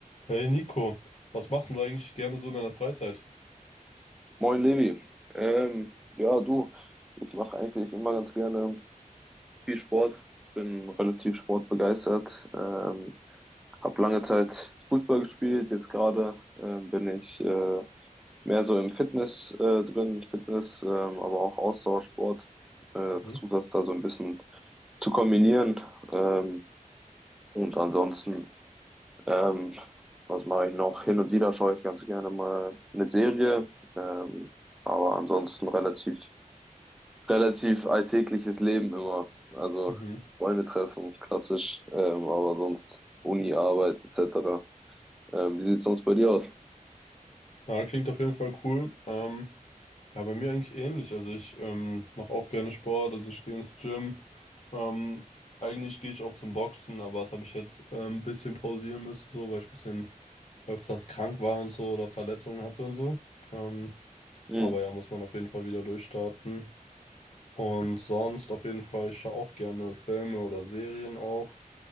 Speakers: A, on the left (about 50°); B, in the centre.
A: Hey Nico, was machst denn du eigentlich gerne so in deiner Freizeit?
B: Moin Levi. Ähm, ja, du, ich mache eigentlich immer ganz gerne viel Sport, bin relativ sportbegeistert, ähm, habe lange Zeit Fußball gespielt, jetzt gerade ähm, bin ich äh, mehr so im Fitness äh, drin, Fitness, ähm, aber auch Ausdauersport, äh, versuche
A: Mhm.
B: das da so ein bisschen zu kombinieren ähm, und ansonsten ähm, was mache ich noch? Hin und wieder schaue ich ganz gerne mal eine Serie, ähm, aber ansonsten relativ, relativ alltägliches Leben immer. Also
A: Mhm.
B: Freunde treffen, klassisch, ähm, aber sonst Uni, Arbeit etc. Ähm, wie sieht's sonst bei dir aus?
A: Ja, klingt auf jeden Fall cool. Ähm, ja, bei mir eigentlich ähnlich. Also ich ähm, mache auch gerne Sport, also ich gehe ins Gym. Ähm, eigentlich gehe ich auch zum Boxen, aber das habe ich jetzt äh, ein bisschen pausieren müssen, so, weil ich ein bisschen öfters krank war und so oder Verletzungen hatte und so. Ähm,
B: Hm,
A: aber ja, muss man auf jeden Fall wieder durchstarten. Und sonst auf jeden Fall, ich schaue auch gerne Filme oder Serien auch.